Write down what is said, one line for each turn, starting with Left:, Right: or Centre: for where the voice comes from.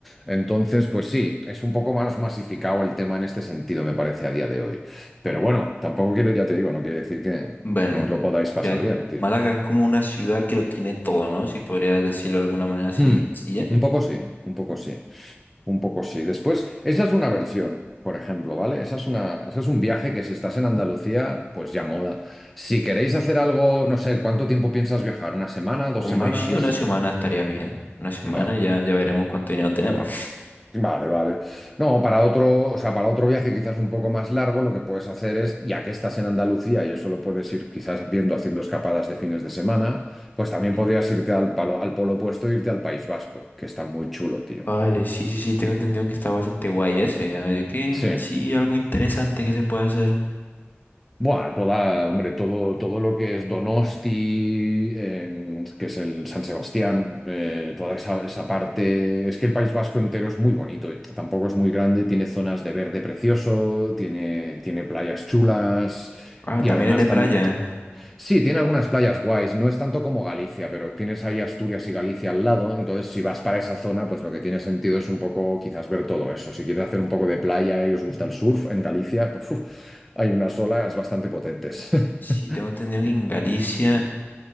Centre: Entonces, pues sí, es un poco más masificado el tema en este sentido, me parece, a día de hoy. Pero bueno, tampoco quiere, ya te digo, no quiere decir que
Left: Bueno,
Centre: no
Left: o
Centre: os lo podáis pasar
Left: sea,
Centre: bien, tío.
Left: Málaga es como una ciudad que lo tiene todo, ¿no? Si podría decirlo de alguna manera así
Centre: Hmm,
Left: sencilla.
Centre: Un poco sí, un poco sí, un poco sí. Después, esa es una versión, por ejemplo, ¿vale? Esa es una, esa es un viaje que si estás en Andalucía, pues ya mola. Si queréis hacer algo, no sé, ¿cuánto tiempo piensas viajar? ¿Una semana? ¿Dos
Left: Hombre,
Centre: semanas?
Left: sí, una semana estaría bien. Una semana
Centre: Vale.
Left: ya, ya veremos cuánto dinero tenemos.
Centre: Vale, vale. No, para otro, o sea, para otro viaje quizás un poco más largo, lo que puedes hacer es, ya que estás en Andalucía y eso lo puedes ir quizás viendo haciendo escapadas de fines de semana,
Left: <laughs>
Centre: pues también
Left: Ujú.
Centre: podrías irte al palo, al polo opuesto e irte al País Vasco, que está muy chulo, tío.
Left: Vale, sí, sí, sí, tengo entendido que está bastante guay ese. ah, ¿De
Centre: Sí.
Left: Así, algo interesante que se puede hacer.
Centre: Buah, toda, hombre, todo, todo lo que es Donosti, eh, que es el San Sebastián, eh, toda esa, esa parte. Es que el País Vasco entero es muy bonito, y tampoco es muy grande, tiene zonas de verde precioso, tiene, tiene playas chulas
Left: Ah,
Centre: y
Left: también
Centre: además
Left: es de playa.
Centre: también. Sí, tiene algunas playas guays, no es tanto como Galicia, pero tienes ahí Asturias y Galicia al lado, entonces si vas para esa zona, pues lo que tiene sentido es un poco quizás ver todo eso. Si quieres hacer un poco de playa y os gusta el surf en Galicia, pues, uf, hay unas olas bastante potentes.
Left: Sí,
Centre: <laughs>
Left: tengo entendido que en Galicia,